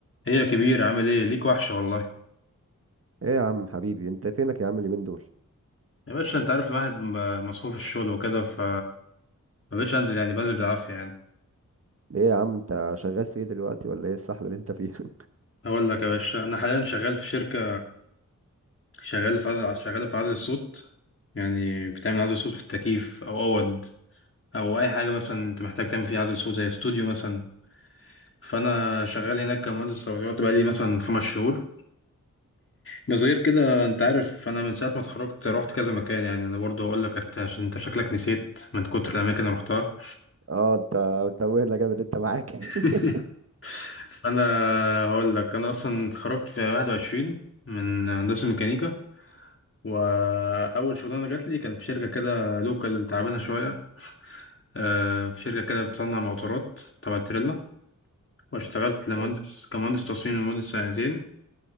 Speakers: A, on the left; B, on the right.
A: ايه يا كبير عامل ايه ليك وحشة والله
B: ايه يا عم حبيبي انت فينك يا عم اليومين دول
A: يا باشا انت عارف الواحد م- مصحوف الشغل وكده ف ما بقتش انزل يعني بنزل بالعافية يعني
B: ايه يا عم انت شغال في ايه دلوقتي ولا ايه السحله اللي انت فيها <laughs>
A: اقول لك يا باشا انا حاليا شغال في شركة شغال في عزل شغال في عزل الصوت يعني بتعمل عزل صوت في التكييف او اوض او اي حاجة مثلا انت محتاج تعمل فيها عزل صوت زي استوديو مثلا فانا شغال هناك كمهندس صوتيات بقالي مثلا خمس شهور بس غير كده انت عارف انا من ساعة ما اتخرجت رحت كذا مكان يعني انا برضه اقول لك انت عشان انت شكلك نسيت من كتر الاماكن اللي رحتها
B: اه انت متوهنا جامد انت معاك <laughs>
A: <laughs> فانا هقول لك انا اصلا اتخرجت في 21 من هندسه ميكانيكا واول شغلانه جات لي كان في شركه كده لوكال تعبانه شويه <laughs> آه، في شركه كده بتصنع موتورات تبع تريلا واشتغلت لمهندس
B: حلو.
A: كمهندس تصميم لمده سنتين